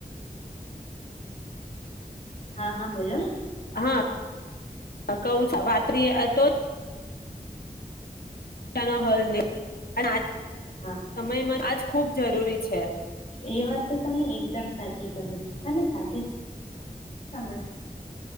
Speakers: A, on the left; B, on the left.
A: હા હા બોલો
B: હા હ કહું <inaudible> નો હલ <inaudible> અને આજ
A: હા
B: સમયમાં આજ ખુબ જરૂરી છે.
A: એ વાત તો તમને એકદમ સાચી કહી અને સાથે સમજવું